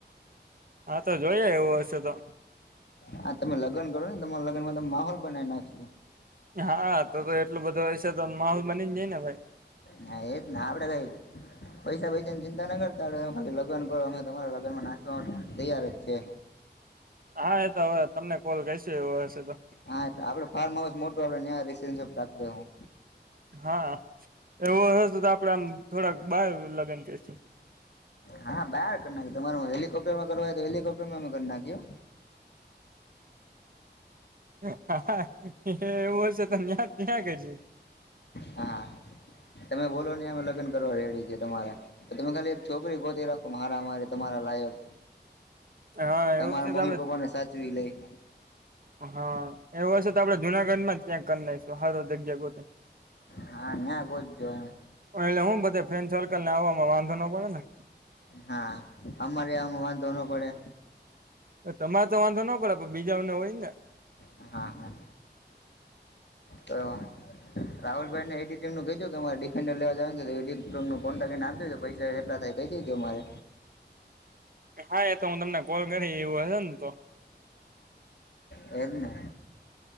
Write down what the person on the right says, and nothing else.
હા તો જોઈએ એવું હશે તો.
હા તો તો એટલું બધું વશે તો માહોલ બનીને જાય ને ભાઈ.
હા એ તો હવે તમને કોલ કરીશું એવું હશે તો.
હા એવો હશે તો આપડે આમ થોડાક બાર લગ્ન કરીશું.
હા હા એવું હેવું છે ત્યા ત્યાં કરશુ.
હા
એવું હશે
તો આપડે
હા એવું હશે તો આપણેે જુનાગઢમાં જ ત્યાં કર નાઈખશું હારો જગ્યા ગોતીન.
એટલે હું બધે ફ્રેન્ડ સર્કલ ને આવવામાં વાંધો ન પડે ને.
એતમારે તો વાંધો નો પડે, પણ બીજાવને હોય ને.
હા એ તો હું તમને કોલ કરી એવું હશે ને તો.